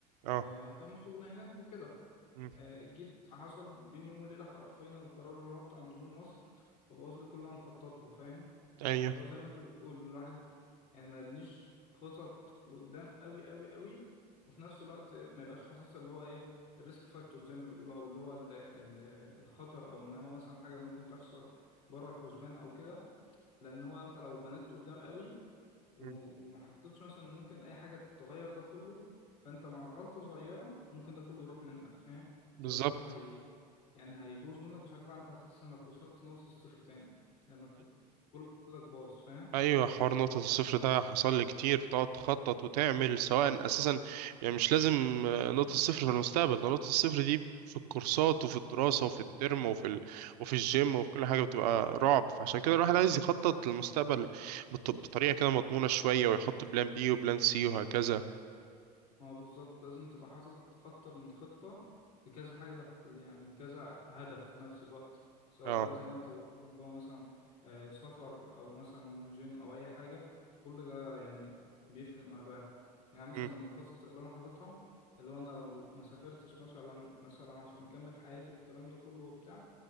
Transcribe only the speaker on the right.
اه
مم.
ايوه
مم.
بالظبط
ايوه حوار نقطة الصفر ده حصل لي كتير تقعد تخطط وتعمل سواء اساسا يعني مش لازم آه، نقطة الصفر في المستقبل ده نقطة الصفر دي في الكورسات وفي الدراسة وفي الترم وفي ال... وفي الجيم وفي كل حاجة بتبقى رعب فعشان كده الواحد عايز يخطط للمستقبل بط... بطريقة كده مضمونة شوية ويحط بلان بي وبلان سي وهكذا
اه
امم